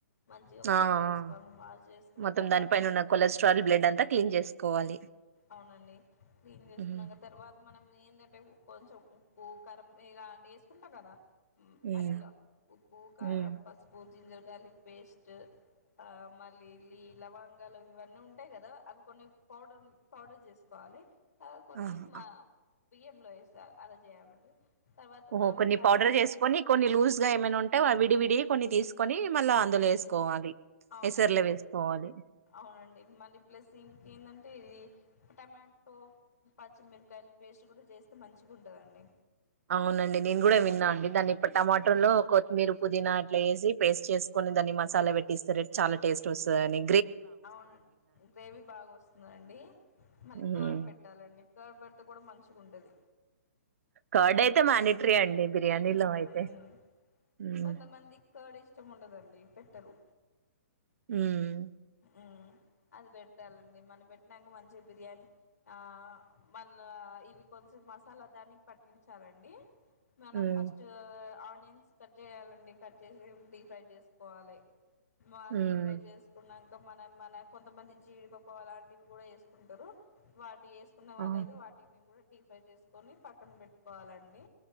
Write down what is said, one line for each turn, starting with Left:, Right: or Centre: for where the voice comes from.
Left: మంచిగా వాష్
Right: ఆ ఆ
Left: చేసుకోవాలని వాష్ చేసుకున్న
Right: మొత్తం
Left: తర్వాత
Right: దానిపైన ఉన్న కొలెస్ట్రాల్ బ్లడ్ అంతా క్లీన్ చేసుకోవాలి
Left: అవునండి క్లీన్ చేసుకున్నాక
Right: ఉహు.
Left: తర్వాత మనం ఏందంటే కొంచెం ఉప్పు కరం ఇలా అంటి వేసుకుంటాం కదా కర్రీ
Right: ఉమ్
Left: లో ఉప్ ఉప్పు కారం
Right: ఉమ్
Left: పసుపు జింజర్ గార్లిక్ పేస్ట్ ఆ మళ్ళీ లీ లవంగాలు ఇవన్నీ ఉంటాయి కదా. అవి కొన్ని పౌడర్ పౌడర్ చేసుకోవాలి. ఆవ్ కొన్ని
Right: ఆహా
Left: మావ్ బియ్యం లో వేస్తారు అలా చేయాలండి తర్వాత
Right: ఓహో
Left: మనం
Right: కొన్ని
Left: ట
Right: పౌడర్ చేసుకొని కొన్ని లూజ్ గా ఏమైనా ఉన్ ఆ విడివిడి కొన్ని తీసుకొని మళ్ళా అందులో వేసుకోవాలి
Left: అవునండి.
Right: ఎసర్లో వేసుకోవాలి
Left: అవునండి. మరి ప్లస్ ఇంకేందన్ అ ఇది టమాటో పచ్చిమిరకాయలు పేస్ట్ కూడా చేస్తే మంచిగా ఉంటదండి.
Right: అవునండి నేను కూడా విన్నా అండి దాన్ని ఇప్పుడు టమాట లో కొత్తిమీర్ పుదీనా అట్లా ఏసి పేస్ట్ చేసుకొని దాన్ని మసాలా పెట్టిస్తారు చాలా టేస్ట్ వస్తుది అని
Left: అవున గ్రేవీ బాగా వస్తుందాండి మళ్ళీ
Right: ఉమ్.
Left: కర్డ్ పెట్టాలండి. కర్డ్ పెడితే కూడా మంచిగ ఉంటది.
Right: కర్డ్ అయితే మానిటరీ అండి బిర్యానీలో అయితే
Left: ఉమ్
Right: ఉమ్
Left: కొంతమందికి కర్డ్ ఇష్టం ఉండదండి పెట్టరు.
Right: ఉమ్
Left: ఉమ్ అది పెట్టాలండి మనం పెట్టినంక మంచిగా బిర్యానీ ఆ మళ్ల ఇవి కొంచెం మసాలా దానికి పట్టించాలండి. మేనం
Right: ఉమ్
Left: ఫస్ట్ ఆ ఆనియన్స్ కట్ చేయాలండి. కట్ చేసి డీప్ ఫ్రై చేసుకోవాలి. మాతి
Right: ఉమ్
Left: ఫ్రై చేసుకున్నా మనం మన కొంతమంది జీడిపప్పు అలాంటివి కూడా వేసుకుంటరు ఒకటేస్ తీసుకున్న వాళ్ళయితే
Right: ఆ,
Left: వాటిని కూడా డీఫ్రై చేసుకొని పక్కన పెట్టుకోవాలండి.